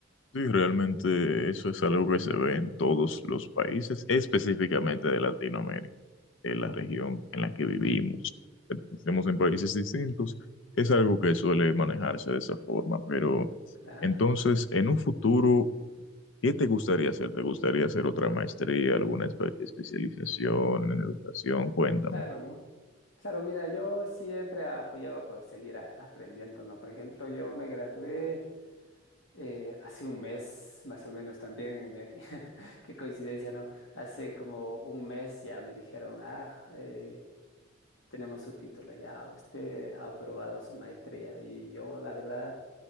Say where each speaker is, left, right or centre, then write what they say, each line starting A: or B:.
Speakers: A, on the left; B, on the left.
A: Sí, realmente eso es algo que se ve en todos los países, específicamente de Latinoamérica, de la región en la que vivimos. Estemos en países distintos, es algo que suele manejarse de esa forma, pero
B: Claro,
A: entonces, en un futuro ¿Qué te gustaría hacer? ¿Te gustaría hacer otra maestría, alguna espe- especialización en educación? Cuéntame.
B: claro, ¿no? Claro, mira, yo siempre apoyaba por seguir a- aprendiendo, ¿no? Por ejemplo, yo me gradué. Eh, hace un mes, más o menos también, me- <laughs> qué coincidencia, ¿no? Hace como un mes ya me dijeron, ah, eh, tenemos su título, ya usted ha aprobado su maestría. Y yo, la verdad,